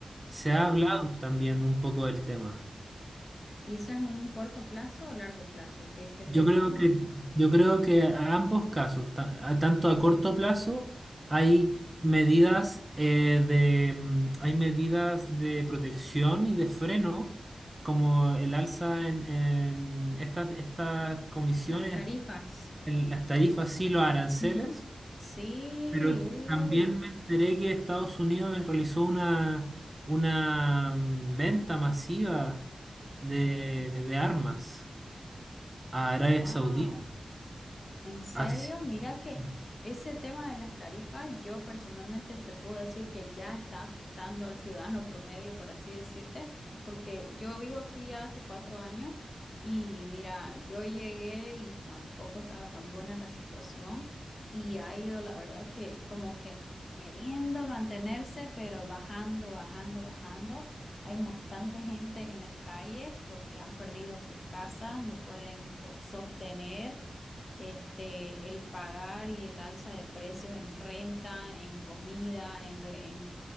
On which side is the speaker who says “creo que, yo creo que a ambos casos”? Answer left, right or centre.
Right